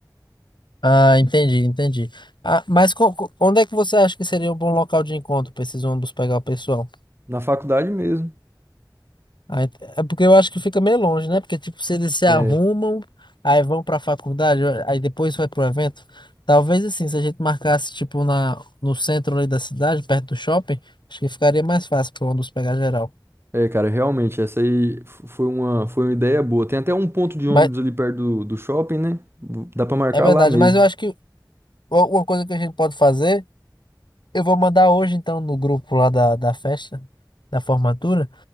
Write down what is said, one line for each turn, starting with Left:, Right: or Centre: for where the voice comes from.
Left: Ah, entendi, entendi. Ah, mas co- co- onde é que você acha que seria um bom local de encontro para esses ônibus pegar o pessoal?
Right: Na faculdade mesmo.
Left: Ah, ent- é porque eu acho que fica meio longe, né? Porque, tipo, se eles se
Right: É,
Left: arrumam, aí vão para a faculdade, aí depois vai pro evento. Talvez, assim, se a gente marcasse, tipo, na, no centro ali da cidade, perto do shopping, acho que ficaria mais fácil para ônibus pegar geral.
Right: é, cara, realmente, essa aí f- foi uma, foi uma ideia boa. Tem até um ponto de ônibus
Left: Mas,
Right: ali perto do, do shopping, né? Dá pra marcar
Left: é verdade,
Right: lá mesmo.
Left: mas eu acho que u- uma coisa que a gente pode fazer, eu vou mandar hoje, então, no grupo lá da, da festa, da formatura.